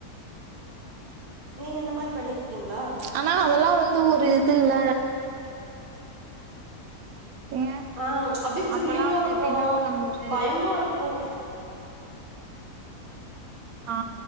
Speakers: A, on the right; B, on the right.
A: நீங்க இந்த மாரி பண்ணிருக்கீங்ளா
B: அனா அதெல்லா வந்து ஒரு இது இல்ல ஏங்க
A: ஆ அப்டியே திருலிங்கா
B: அப்பல்லா வந்து
A: இருக்கு
B: எப்டின்னா நம்ம ஒரு
A: பயமா இருக்கு
B: ஆ